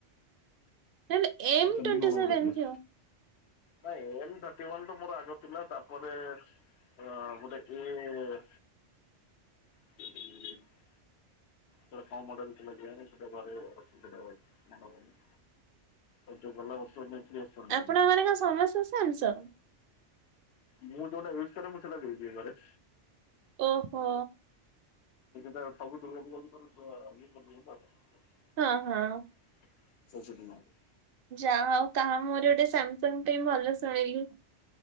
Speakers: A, on the right; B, on the left.
A: ନହେଲେ ଏମ
B: ହଁ ସେମିତି
A: ଟ୍ୱେଣ୍ଟି
B: କଣ
A: ସେଭେନ
B: ଗୋଟେ ଥିଲା।
A: ଥିବ।
B: ନ ଏମ ଥାର୍ଟି ୱାନ ତ ମୋର ଆଗ ଥିଲା ତାପରେ ଅ ଗୋଟେ ଏ ହ ହଁ ସେଟା ପମଡଲଥିଲା କେଜାଣି ସେଟା ଘରେ ଅଛି ସେଟା ମନେ ହଉନି। ଏବେ ଗଲା ବର୍ଷ ନେଇଥିଲି ଏସ ଟ୍ବେଣ୍ଟି
A: ଆପଣଙ୍କର
B: ଥ୍ରି।
A: କଣ ସମସ୍ତେ ସାମସଙ୍ଗ
B: ମୁଁ ଯୋଉଟା ୟୁଜ କରେ ମୁଁ ସେଟା ଦେଇଦିଏ ଘରେ।
A: ଓହୋ
B: ଦେଖ ସବୁ ଦୁର୍ଗା ପୂଜା ଇ କର <unintelligible>
A: ହଁ ହଁ
B: <unintelligible>
A: ଯାହା ହଉ କାହା ମୁଁହରେ ଗୋଟେ ସାମସଙ୍ଗ ପାଇଁ ଭଲ ଶୁଣିଲି।